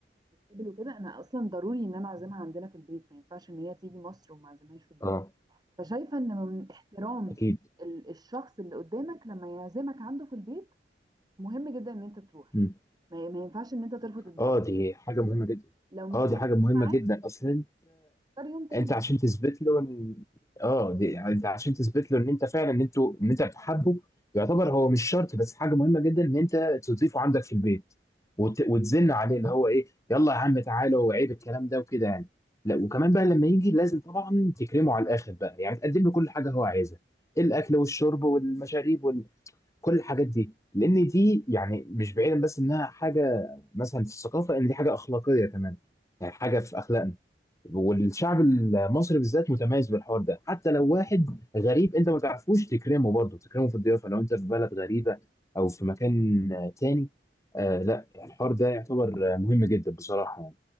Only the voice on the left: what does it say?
اه
اكيد
مم.
اه دي حاجه مهمه جدا
اه دي
حاجه مهمه
جدا اصلا
انت عشان تثبت له ان اه دي... يعني انت عشان تثبت له ان انت فعلا ان انتوا ان انت بتحبه يعتبر هو مش شرط بس حاجه مهمه جدا ان انت تضيفه عندك في البيت وت... وتزن عليه اللي هو ايه يلا يا عم تعالى وعيب الكلام ده وكده يعني لا وكمان بقى لما يجي لازم طبعا تكرمه على الاخر بقى يعني تقدم له كل حاجه هو عايزها الاكل والشرب والمشاريب وكل الحاجات دي لان دي يعني مش بعيدا بس انها حاجه مثلا في الثقافه ان دي حاجه اخلاقيه كمان يعني حاجه في اخلاقنا والشعب المصري بالذات متميز بالحوار ده حتى لو واحد غريب انت ما تعرفوش تكرمه برضه تكرمه في الضيافه لو انت في بلد غريبه او في مكان آه، تاني آه لا الحوار ده يعتبر آه، مهم جدا بصراحه يعني